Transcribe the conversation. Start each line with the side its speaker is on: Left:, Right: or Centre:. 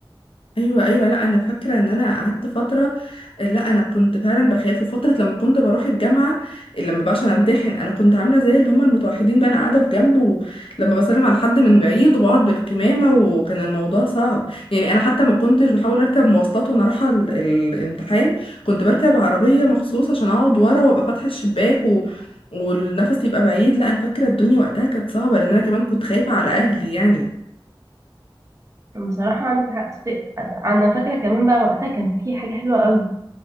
Left: ايوه ايوه لا انا فاكره ان انا قعدت فتره لا انا كنت فعلا بخاف وفتره لما كنت بروح الجامعه لما بقى عشان امتحن انا كنت عامله زي اللي هم المتوحدين بقى انا قاعده في جنبه لما بسلم على حد من بعيد وبقعد بالكمامه وكان الموضوع صعب يعني انا حتى ما كنتش بحاول اركب مواصلات وانا رايحه ال- ال- الامتحان كنت بركب عربيه مخصوص عشان اقعد ورا وابقى فاتحه الشباك و... والنفس يبقى بعيد لا انا فاكره الدنيا وقتها كانت صعبه لان انا كمان كنت خايفه على اهلي يعني
Right: بصراحة عندك حق تصدق أنا فاكرة كمان بقى وقتها كان في حاجة حلوة قوي